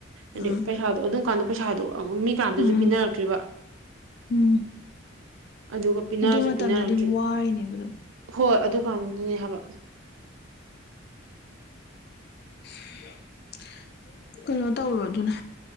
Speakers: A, on the right (about 85°); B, on the left (about 55°).
A: ꯑꯗ
B: ꯎꯝ
A: ꯄꯩꯁꯥꯗꯣ ꯑꯗꯨꯝ ꯀꯥꯟꯗꯣ ꯄꯩꯁꯥꯗꯣ ꯃꯤꯀꯥꯅꯥꯝꯗꯁꯨ
B: ꯎꯝ
A: ꯄꯤꯅꯔꯛ ꯇ꯭ꯔꯤꯕ
B: ꯎꯝ
A: ꯑꯗꯨꯒ ꯄꯤꯅꯔꯁꯨ
B: ꯑꯗꯨ ꯃꯇꯝꯗꯗꯤ
A: ꯄꯤꯅꯔꯛꯇ꯭ꯔꯤ
B: ꯋꯥꯔꯤꯅꯦꯕ ꯑꯗꯨꯝ
A: ꯍꯣꯏ ꯑꯗꯨꯀꯥꯟꯗꯨꯅꯦ ꯍꯥꯏꯕ
B: ꯍ <inaudible> ꯀꯩꯅꯣ ꯇꯧꯔꯣ ꯑꯗꯨꯅ